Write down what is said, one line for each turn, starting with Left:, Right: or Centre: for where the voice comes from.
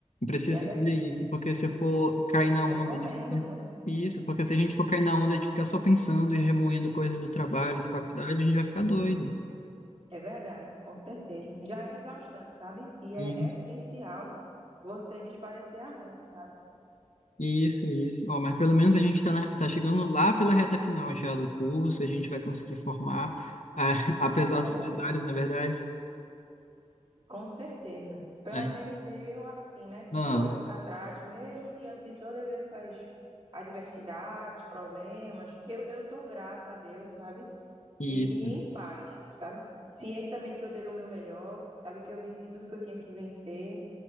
Left: preciso
Right: E aí,
Left: fazer
Right: é
Left: isso, porque se eu for cair na
Right: Recomendo
Left: onda de...
Right: muito,
Left: Isso, porque se a gente for cair na onda de ficar só pensando e remoendo coisas do trabalho, de faculdade, a gente vai ficar doido.
Right: é verdade, com certeza. Já é exaustante, sabe? E é
Left: Isso,
Right: essencial você desparecer a mente, sabe?
Left: isso. isso. Ó, mas pelo menos a gente está tá chegando lá pela reta final já do curso, a gente vai conseguir formar, ah, <laughs> apesar
Right: É
Left: dos
Right: Verdade.
Left: pesares, na verdade.
Right: Com certeza. Pelo
Left: Aí-
Right: menos eu, assim, né?
Left: Ah,
Right: Eu olho para trás, mesmo diante de todas essas adversidades, problemas, eu, eu tô grata a Deus, sabe?
Left: isso,
Right: E, e em paz, sabe? Ciente também de que eu dei o meu melhor, sabe? Que eu venci tudo que eu tinha que vencer,